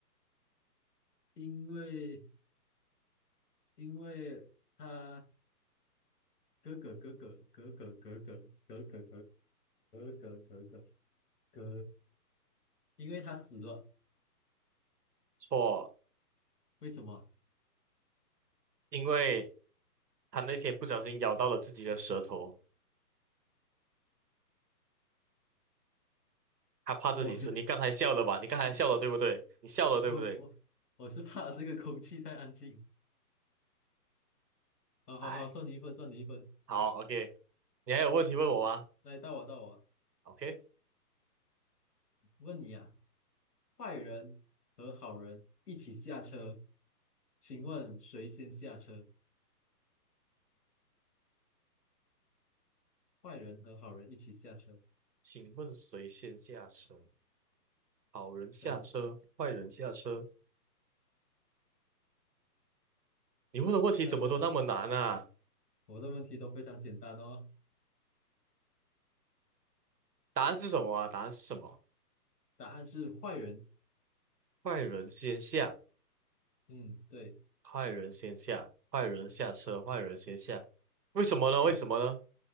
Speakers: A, on the left (about 70°); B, on the right (about 80°).
A: 因为因为他。哥哥哥哥哥哥哥哥哥哥哥哥哥哥哥哥哥，因为他死了，
B: 错，
A: 为什么？
B: 因为他那天不小心咬到了自己的舌头。他怕自己死。
A: <laughs> 我没事，
B: 你刚才笑了吧？你刚才笑了对不对？你笑了对不对？
A: 我我我是怕这个空气太安静。好好好，
B: 哎，
A: 算你一分，算你一分。
B: 好，OK。你还有问题问我吗
A: 来，到我到我，
B: ？OK，
A: 问你啊，坏人和好人一起下车，请问谁先下车？坏人和好人一起下车，
B: 请问谁先下车？好人下车，
A: 对，
B: 坏人下车。你问的问题怎么都那么难啊？
A: 猜一个吧。我的问题都非常简单哦，
B: 答案是什么啊？答案是什么？
A: 答案是坏人。
B: 坏人先下，
A: 嗯，对
B: 坏人先下，坏人下车，坏人先下。为什么呢？为什么呢？
A: 对。